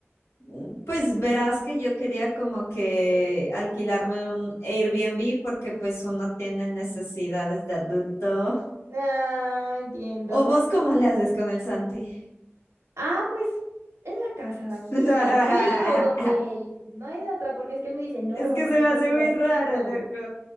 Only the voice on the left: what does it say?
Mm, Pues verás que yo quería como que alquilarme un Airbnb porque pues uno tiene necesidades de adulto.
¿O vos cómo le haces con el Santi?
<laughs>
Es
que se me hace
muy raro, loco.